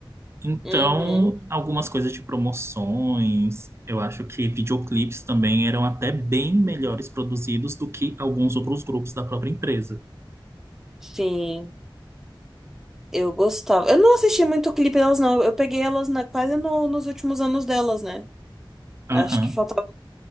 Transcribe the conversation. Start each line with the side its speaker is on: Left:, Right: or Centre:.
Right: Então,
Centre: uhum,
Right: algumas coisas de promoções, eu acho que videoclipes também eram até bem melhores produzidos do que alguns outros grupos da própria empresa.
Centre: sim, eu gostava. Eu não assisti muito clipe delas, não, eu peguei elas na, quase no- nos últimos anos delas, né?
Right: Aham.
Centre: Acho que faltava,